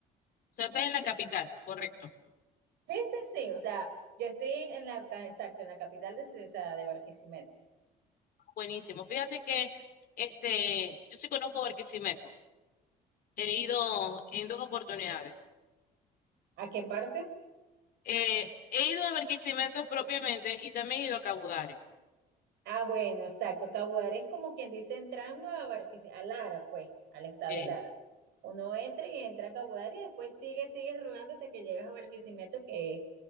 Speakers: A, on the left; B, on the right.
A: sea, está en la capital, correcto.
B: Sí, sí, sí. O sea, yo estoy en, en la, exacto, en la capital de, esa- de Barquisimeto.
A: Buenísimo. Fíjate que este, yo sí conozco Barquisimeto. He ido en dos oportunidades.
B: ¿A qué parte?
A: Eh, he ido a Barquisimeto propiamente y también he ido a Cabudare.
B: Ah, bueno, exacto. Cabudare es como quien dice entrando a Barquisimeto, a Lara, pues, al estado
A: Eh,
B: Lara. Uno entra y entra a Cabudare y después sigue, sigue rodando hasta que llegas a Barquisimeto, que,